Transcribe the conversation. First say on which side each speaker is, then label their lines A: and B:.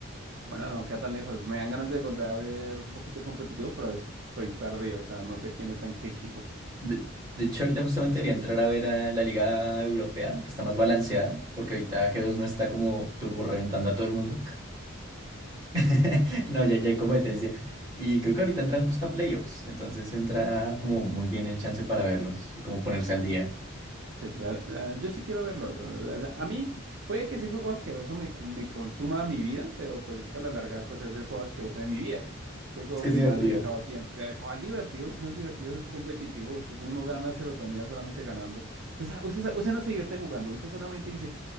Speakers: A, on the right; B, on the right.
A: Bueno, no queda tan lejos. Me dan ganas de volver a ver un poquito de competitivo, pero es- estoy perdido. O sea, no sé quién está en qué equipo.
B: De, de hecho, ahorita justamente debería entrar a ver a la liga europea, que está más balanceada, porque ahorita G2 no está como turbo reventando a todo el mundo. <laughs> No, ya, ya hay competencia. Y creo que ahorita entran justo a playoffs, entonces entra como muy bien el chance para verlos y como ponerse al día.
A: Sí, sí, la- la- yo sí quiero verlo. lo- o sea, a mí puede que ese juego asqueroso me, me consuma mi vida, pero pues es que a la larga pues es el juego asqueroso de mi vida. Es el juego
B: Es que
A: que
B: es divertido.
A: más he dedicado tiempo. Eh, ¿Cuál divertido? Eso no es divertido, eso es competitivo. Eso Uno gana serotonina solamente ganando. Usted, sa- usted, sa- usted no se divierte jugando, usted solamente dice...